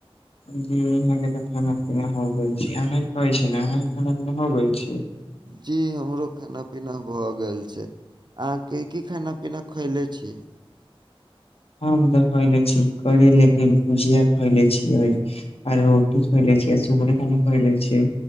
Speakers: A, on the left; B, on the right.
A: जी यहाँ के तऽ खाना पीना हो गेल छै आहाँ के कहै छी ने आहाँ के खाना पीना हो गेल छै
B: जी हमरो खाना पीना भ गेल छै आहाँ के की खाना पीना खएले छी
A: हम तो खयलै छी करेले के भुजिया खयलै छीयै आ रोटी खयलै छियै सुगड़े <unintelligible> खयलै छीयै